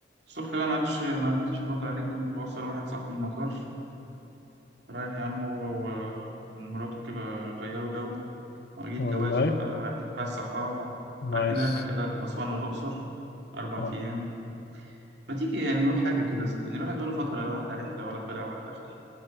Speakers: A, on the right (about 65°); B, on the left (about 55°).
A: الصبح بقى معلش معرفتش ارد عليك كنت بوصل واحد صاحبي المطار رايح يا عم هو و- ومراته كده غيروا جو جيت
B: والله
A: جوازه بقى رايح يتفسح اه
B: نايس
A: رايحين رحلة كده لأسوان والأقصر أربع
B: اه
A: أيام ما تيجي يعني نروح حاجة كده صدقني الواحد بقاله فترة لا راح لا رحلة ولا طلع ولا دخل